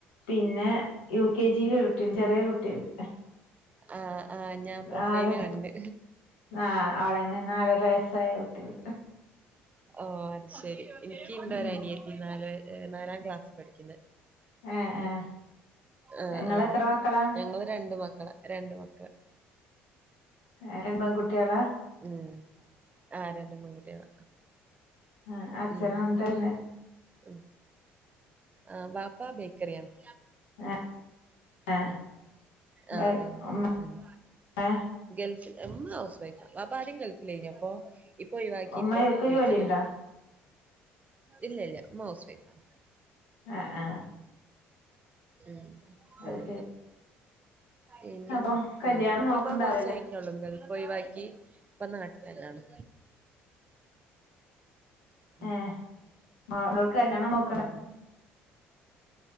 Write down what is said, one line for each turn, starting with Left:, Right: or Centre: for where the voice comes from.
Left: പിന്നെ യു കെ ജിയില് ഒരു കുട്ടിയുണ്ട് ചെറിയരു കുട്ടിയുണ്ട്
Right: ആഹ് ആഹ് ഞാ പ്രൊഫൈല്
Left: നാലര
Right: കണ്ട്
Left: ആഹ് അവളന്നെ നാലര വയസ്സായ കുട്ടിണ്ട്
Right: ഓ അത് ശരി എനിക്ക് ഇണ്ട് ഒര
Left: ഉം
Right: അനിയത്തി നാല് നാലാം ക്ലാസ് പഠിക്കുന്ന്
Left: ഏഹ് ഏഹ്
Right: ആഹ്
Left: ഇങ്ങളെത്ര
Right: ആഹ്
Left: മക്കളാ
Right: ഞങ്ങള് രണ്ട് മക്കള രണ്ട് മക്കൾ. !
Left: ഏഹ് രണ്ട് പെൺകുട്ടികളാ,
Right: ഉം ആഹ്! രണ്ട് പെൺകുട്ടികളാ.
Left: ആ അച്ഛനവൻ
Right: ഉം
Left: തന്നെ പിന്നെ
Right: ഉം. ആഹ്! ബാപ്പാ ബേക്കറിയാന്ന്
Left: ആഹ് ഹ
Right: ആഹ് ആഹ്
Left: <inaudible>
Right: ഉം ഗൾഫിൽ, ഉമ്മ ഹൗസ് വൈഫാ ബാപ്പ ആദ്യം ഗൾഫിൽ ആയിഞ്ഞപ്പോ. ഇപ്പൊ ഒഴിവാക്കി.
Left: ഉമ്മക്ക്
Right: ഇപ്പ ബേക്കറിയ
Left: ജോലിയുണ്ടോ
Right: ഇല്ലില്ല, ഉമ്മ ഹൗസ് വൈഫ ആണ്!
Left: ആഹ് ആഹ്
Right: ഉം
Left: അത്
Right: ഉം
Left: ശരി
Right: പിന്നെ
Left: അപ്പൊ
Right: ന്താ
Left: കല്യാണം
Right: വാപ്പപ്പൊ
Left: നോക്കണ്ടാവില്ലല്ലേ
Right: കൊറച്ചായി. ഗൾഫ് ഒഴിവാക്കി ഇപ്പ നാട്ടിൽ തന്നെയാണ്. ഉം...
Left: ഏഹ് ഓക്ക് കല്യാണം നൊ
Right: ഉം